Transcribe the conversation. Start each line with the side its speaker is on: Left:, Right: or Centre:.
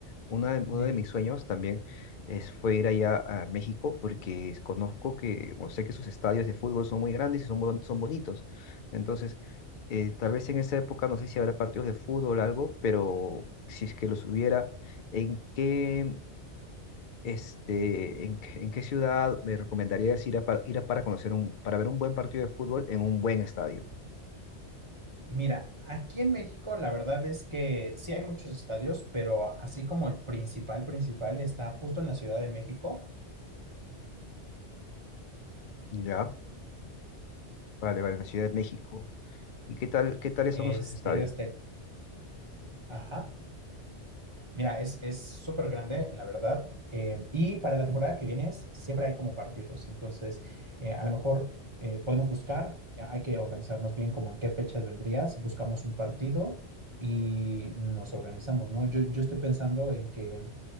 Left: una de, uno
Right: Dime.
Left: de mis sueños también es, fue ir allá a México porque conozco que, o sé que sus estadios de fútbol son muy grandes y son, bon- son bonitos. Entonces, eh, tal vez en esa época, no sé si habrá partidos de fútbol o algo, pero si es que los hubiera, ¿en qué, este, en, qué en qué ciudad me recomendarías ir a, para, ir a para conocer un, para ver un buen partido de fútbol en un buen estadio?
Right: Mira, aquí en México la verdad es que sí hay muchos estadios, pero así como el principal, principal está justo en la Ciudad de México,
Left: Ya, vale, vale, en la Ciudad de México. ¿Y qué tal, qué tales
Right: este,
Left: son esos estadios?
Right: Estadio Azteca. Ajá. Mira, es, es súper grande, la verdad. eh, y para la temporada que viene es- siempre hay como partidos. Entonces, eh, a lo mejor eh, podemos buscar, eh, hay que organizarnos bien como en qué fechas vendrías, buscamos un partido y nos organizamos, ¿no? Yo, yo estoy pensando en que